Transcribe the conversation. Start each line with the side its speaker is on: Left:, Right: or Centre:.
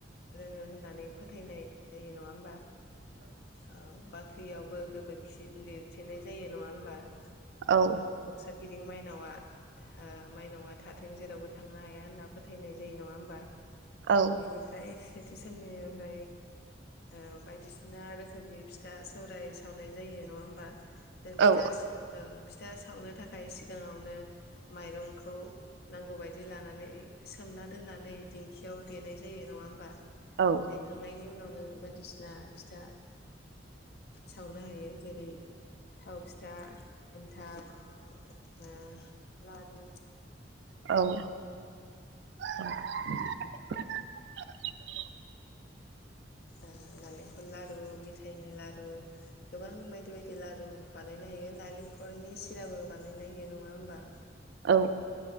Left: रोंङो होननानै फोथायनाय जायो नङा होमबा औ बाख्रियाव बो गोबोरखि लिरथेनाय जायो नङा होमबा
Right: औ
Left: न'खौ सोरगिदिं माइनावा ओ माइनावा थाथों जेरावबो थांनो हाया होनना फोथायनाय जायो नङा होमबा
Right: औ
Left: बेनिफ्राय सेथि साननिफ्राय ओ बायदि ना रोखोमनि फिथा सौराय सावनाय जायो नङा होमबा जों फिथा
Right: औ
Left: ओ फिथा सावनो थाखाय सिगाङावनो माइरंखौ नांगौबायदि लानानै सोम सोमना दोननानै दिंखियाव देनाय जायो नङा होमबा
Right: औ
Left: देखांनायनि उनाव नों बायदि सिना फिथा सावनो हायो जेरै थाव फिथा एन्थाब ओ लादु
Right: औ औ <unintelligible>
Left: ओ नालेंखल लारु मिथाइनि लारु गोबां बायदि बायदि लारु बानायनो हायो नारेंखलनि सिराबो बानायनो हायो नङा होमबा
Right: औ